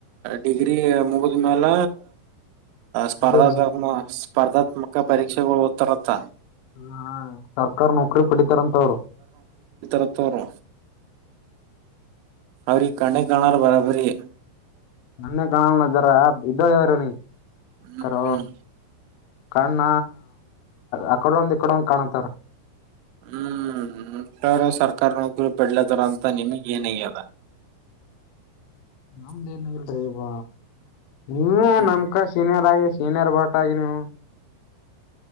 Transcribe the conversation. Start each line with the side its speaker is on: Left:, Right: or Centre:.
Right: ಡಿಗ್ರಿ ಮುಗಿದ್ ಮೇಾಲ ಸ್ಪರ್ಧಾತ್ಮಮ
Left: ಇದು
Right: ಸ್ಪರ್ಧಾತ್ಮಕ ಪರೀಕ್ಷೆಗಳು ಓದ್ತಾರತ್ತ
Left: ಹ ಸರ್ಕಾರ ನೌಕರಿ ಪಡಿತಾರಂತ ಅವ್ರು
Right: ಹೂ ಅಣ್ಣ ಅವರಿಗೆ ಕಣ್ಣಿಗೆ ಕಾಣಲ್ಲ ಬರಬ್ಬರಿ
Left: ನನ್ನೇ ಬಾ ಅಂತ ಹೇಳುತ ಇದಾರೆ ಅಕ್ಕರ
Right: ಹ್ಮ್
Left: ಕಣ್ಣ ಅಕಡ ಒಂದ್ ಇಕಡ ಒಂದ್ ಕಾಣತಾರ
Right: ಹ್ಮ್ ಸರ್ಕಾರಿ ನೌಕರ ಪಡ್ಲ ತರ ಅಂತ ನಿಮಗ ಏನು ಈಗ
Left: ನಮ್ಮದು ಎನ್ನಿಲ ಸಾಹೇಬ ನೀವು
Right: ಹ್ಮ್
Left: ನಮಗಿಂತ ಸಿನಿರಾಗಿರಿ ಸೀನಿಯರ್ ಬಾಟ ಆಗಿ ನೀವು